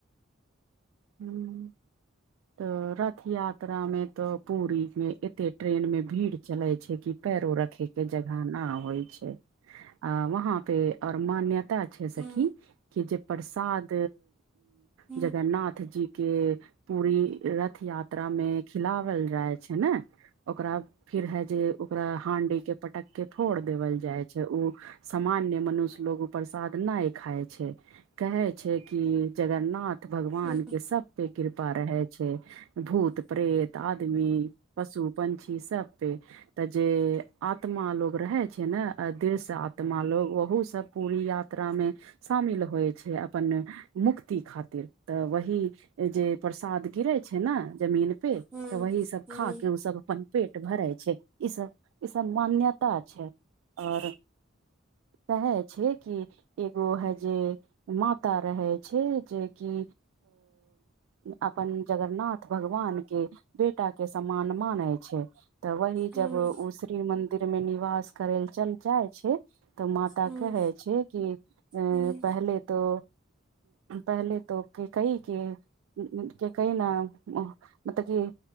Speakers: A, on the right; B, in the centre.
A: हूँ त रथ यात्रा मे तऽ पूरी मे एते ट्रेन मे भीड़ चले छै क पैरो रखे के जगह न होइ छै अ वहाँ पे आऔर मान्यता छै
B: हूँ
A: सखी कि जे प्रसाद
B: हूँ
A: जगन्नाथ ' रथ जी के पूरी रथ यात्रा मे खिलावल जाइ छै ने, ओकरा फिर है जे ओकरा हांडी के पटक के फोड़ देवल जाय छै ऊ सामान्य मनुष्य लोग ऊ प्रसाद नहि खाय छै कहै छै कि जगन्नाथ भगवान
B: हूँ
A: के सब पे कृपा रहै छै भूत प्रेत आदमी पशु पंक्षी सब पे तऽ जे आत्मा लोग रहे छै ने दिल से आत्मा लोग ओहसँ पूरी यात्रा यात्रामे शामिल होइ छै अपन मुक्ति खातिर तऽ व ही जे प्रसाद गिरे छै ने जमीन पर पे
B: हूँ
A: तऽ वहि सब
B: हूँ
A: खा के ओ सब अपन पेट भरै छै ई सब ई सब मान्यता छै आओर कहै छै कि एगो हे जे माता रहै छै जेकि अपन जगरनाथ भगवान के बेटा के सम्मान माने छै तऽ वही जब
B: हूँ
A: ओ श्री मंन्दिर मे निवास करै लए चल जाइ छै तऽ माता
B: हूँ
A: कहै छै कि अ
B: हूँ
A: पहले त पहले त केकई के के <unintelligible> कहि न मतब की